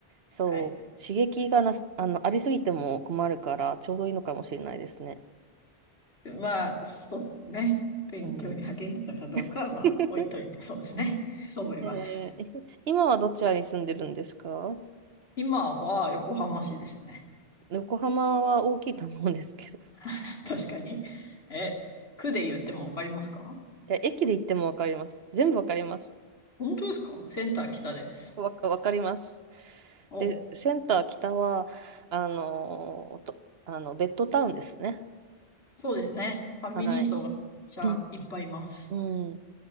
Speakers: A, on the right; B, on the left.
A: そう、
B: はい。
A: 刺激がなす、あの、ありすぎても困るから、ちょうどいいのかもしれないですね。
B: まあ、そうですね。勉強に励んでたかどうかは、
A: うん。<laughs>
B: まあ、置いといて、そうですね。そう思います。
A: えー、今はどちらに住んでるんですか
B: 今は横浜市ですね。
A: 横浜は大きいと思うんですけど。い
B: <laughs> 確かに。え、区で言ってもわかりますか
A: や、駅で行ってもわかります。全部わかります。
B: 本当ですかセンター北です。
A: わか、わかります。
B: お、
A: で、センター北は、あのと、あの、ベッドタウンですね。
B: そうですね。ファミリー層がめちゃいっぱいいます。
A: はい。<clears throat> うん。